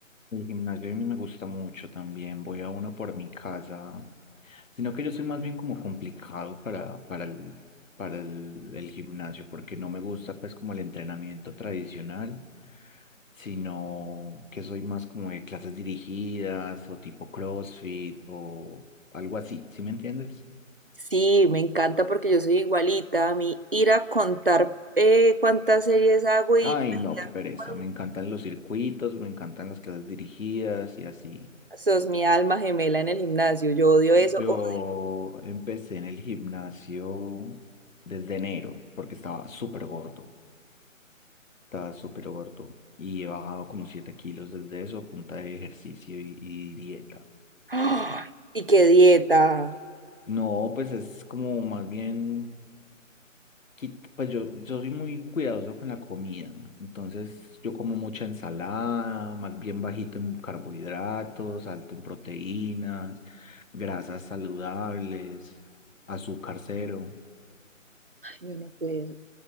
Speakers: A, on the left (about 70°); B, on the right (about 45°).
A: El gimnasio a mí me gusta mucho también, voy a uno por mi casa, sino que yo soy más bien como complicado para, para el, para el, el gimnasio, porque no me gusta pues como el entrenamiento tradicional, sino que soy más como de clases dirigidas o tipo CrossFit o algo así, ¿sí me entiendes?
B: Sí, me encanta porque yo soy igualita. A mí ir a contar eh, cuántas series hago y
A: Ay, no, qué pereza,
B: por
A: me
B: una,
A: encantan los circuitos, me encantan las clases dirigidas y así.
B: sos mi alma gemela en el gimnasio. Yo odio eso.
A: Yo
B: Odio-
A: empecé en el gimnasio desde enero porque estaba súper gordo, estaba súper gordo y he bajado como 7 kilos desde eso a punta de ejercicio y, y dieta.
B: ¡Ay! Y qué dieta.
A: No, pues es como más bien, quit- pues yo, yo soy muy cuidadoso con la comida, ¿no? Entonces yo como mucha ensalada, más bien bajito en carbohidratos, alto en proteínas, grasas saludables, azúcar cero.
B: Ay, Yo no puedo.